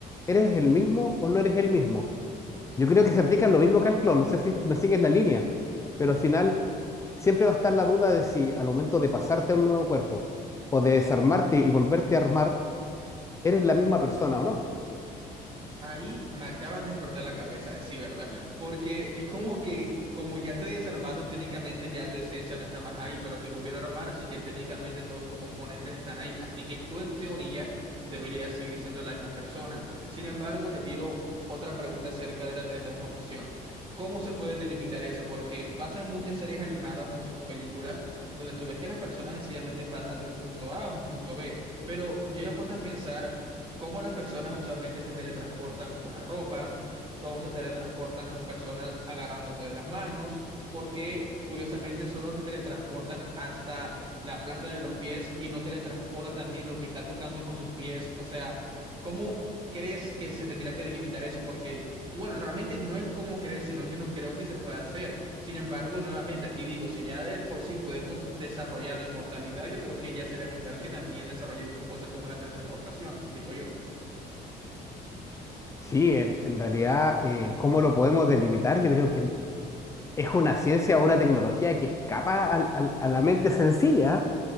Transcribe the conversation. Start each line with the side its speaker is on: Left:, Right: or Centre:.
Left: ¿eres el mismo o no eres el mismo? Yo creo que se aplica lo mismo que al clon, no sé si me sigues la línea, pero al final siempre va a estar la duda de si al momento de pasarte a un nuevo cuerpo o de desarmarte y volverte a armar, eres la misma persona o no.
Right: Ahí me acabas de explotar la cabeza, sí, ¿verdad? Porque es como que, como ya te desarmaron, técnicamente ya tu esencia no está más ahí, pero te volvieron a armar, así que técnicamente todos tus componentes están ahí, así que tú en teoría deberías seguir siendo la misma persona. Sin embargo, te tiro otra pregunta acerca de la teletransportación. ¿Cómo se puede delimitar eso? Porque pasan muchas series animadas o, o películas donde tú ves que las personas sencillamente pasan de un punto A a un punto B, pero yo he puesto a pensar cómo las personas usualmente se teletransportan con la ropa, cómo se teletransportan con personas agarrándose de las manos, porque curiosamente solo se teletransportan hasta la planta de los pies y no teletransporta también lo que está tocando con sus pies. O sea, ¿cómo crees que se tendría que delimitar eso? Porque, bueno, realmente no el cómo creer, sino yo no creo que se pueda hacer. Sin embargo, nuevamente aquí digo, si ya de por sí podemos desarrollar la inmortalidad, yo creo que ya es elemental que también desarrollemos cosas como la teletransportación, digo yo.
Left: Sí, en, en realidad, eh, ¿cómo lo podemos delimitar? Yo creo que es una ciencia o una tecnología que escapa al- al- a la mente sencilla,